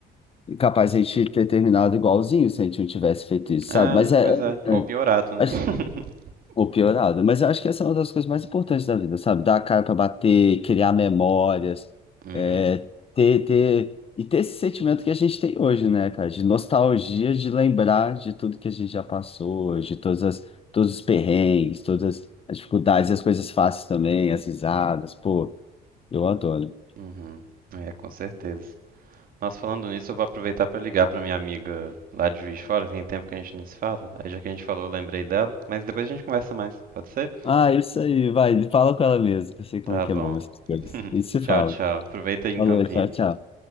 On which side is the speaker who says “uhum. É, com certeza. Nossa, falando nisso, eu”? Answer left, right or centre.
Right